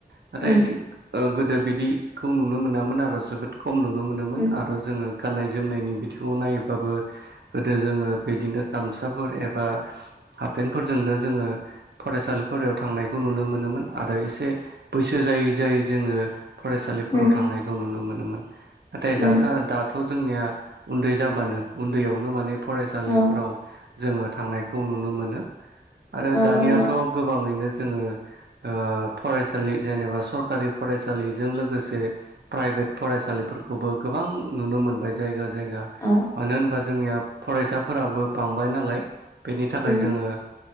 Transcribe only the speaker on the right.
नाथाय
ओ गोदो बिदिखौ नुनो मोनामोन आरो जोबोद खम नुनो मोनोमोन
आरो जोङो गाननाय जोमनायनि बिथिङाव नायोबाबो गोदो जोङो बिदिनो गामसाफोर एबा हाबपेन -फोरजोंनो जोङो फरायसालिफोराव थांनायखौ नुनो मोनोमोन आरो एसे बैसो जायै जायै जोङो फरायसालिफोराव
थांनायखौ नुनो मोनोमोन नाथाय
दासा दाथ' जोंनिया उन्दै जाबानो उन्दैयावनो माने फरायसालिफोराव
जोङो थांनायखौ नुनो मोनो आरो
दानियाथ'
गोबाङैनो जोङो ओ फरायसालि जेनेबा सरकारि फरायसालिजों लोगोसे प्राइभेट फरायसालिफोर फोर खौबो गोबां नुनो मोनबाय जायगा ज जायगा
मानो होनबा जोंनिया फरायसाफोराबो बांबाय नालाय बेनि थाखाय
जोङो